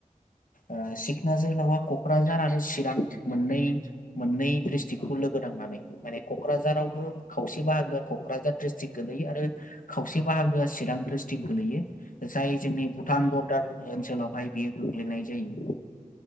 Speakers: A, on the left; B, on the left.
A: ओ सिखना जोहोलावा क'क्राझारा मोननै मोननै ड्रिसथिकखौ
B: औ
A: लोगो नांनानै माने क'क्राझारावबो
B: औ
A: खावसे बाहागोन क'क्राझार दिस्ट्रिकट गोलै आरो खावसे
B: औ अ
A: बाहागो चिरां गोलैयो जाय जोंनि
B: अ
A: भुटान
B: मोननै
A: बरदार ओनसोलावहाय
B: औ औ
A: बियो गोग्लैनाय जायो